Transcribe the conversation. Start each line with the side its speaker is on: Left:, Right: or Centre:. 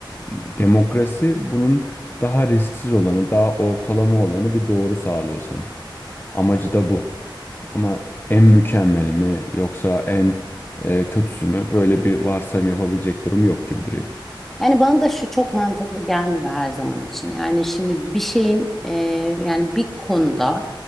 Left: Demokrasi bunun daha risksiz olanı, daha ortalama olanı bir doğru sağlıyor sana. Amacı da bu. Ama en mükemmeli mi yoksa en e, kötüsü mü? Böyle bir varsayım yapabilecek durumu yok gibi duruyor.
Centre: Yani bana da şu çok mantıklı gelmiyor her zaman için. Yani şimdi bir şeyin e, yani bir konuda